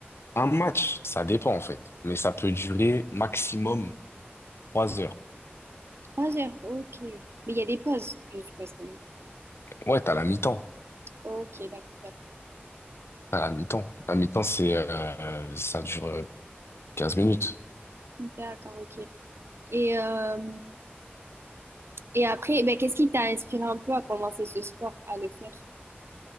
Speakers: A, on the left (about 85°); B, on the right (about 85°).
A: un match, ça dépend, en fait. Mais ça peut durer maximum trois heures.
B: Trois heures, ok. Mais il y a des pauses, je suppose quand même.
A: Ouais, t'as la mi-temps.
B: Ok, d'accord, d'accord.
A: À la mi-temps. La mi-temps, c'est, euh, ça dure euh, 15 minutes.
B: D'accord, ok. Et, euh, et après, ben, qu'est-ce qui t'a inspiré un peu à commencer ce sport, à le faire?